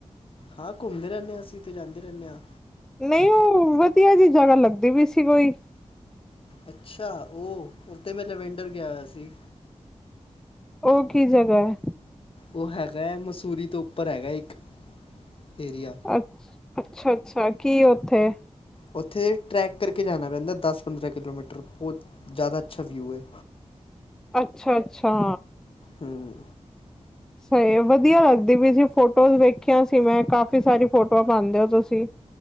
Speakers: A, on the left; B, in the centre.
A: ਹਾਂ ਘੁੰਮਦੇ ਰਹਿੰਦੇ ਹਾਂ ਅਸੀਂ ਤੇ ਜਾਂਦੇ ਰਹਿੰਦੇ ਹਾਂ
B: ਨਹੀਂ ਉਹ ਵਧੀਆ ਜਿਹੀ ਜਗ੍ਹਾ ਲੱਗਦੀ ਵੀ ਸੀ ਕੋਈ
A: ਅੱਛਾ! ਉਹ ਉੱਥੇ ਮੈਂ ਲੈਵੈਂਡਰ ਗਿਆ ਹੋਇਆ ਸੀ
B: ਉਹ ਕੀ ਜਗ੍ਹਾ ਹੈ
A: ਉਹ ਹੈਗਾ ਹੈ ਮਸੂਰੀ ਤੋਂ ਉੱਪਰ ਹੈਗਾ ਇੱਕ ਏਰੀਆ
B: ਅੱ ਅੱਛਾ-ਅੱਛਾ ਕੀ ਉੱਥੇ
A: ਉੱਥੇ ਟਰੈਕ ਕਰਕੇ ਜਾਣਾ ਪੈਂਦਾ ਦਸ ਪੰਦਰਾਂ ਕਿਲੋਮੀਟਰ ਬਹੁਤ ਜ਼ਿਆਦਾ ਅੱਛਾ ਵਿਊ ਹੈ
B: ਅੱਛਾ ਅੱਛਾ।
A: ਹਮਮਮ
B: ਸਹੀ ਏ ਵਧੀਆ ਲੱਗਦੀ ਪਈ ਸੀ ਫੋਟੋਜ਼ ਵੇਖਿਆ ਸੀ ਮੈਂ ਕਾਫ਼ੀ ਸਾਰੀ ਫੋਟੋਆਂ ਪਾਉਂਦੇ ਹੋ ਤੁਸੀਂ।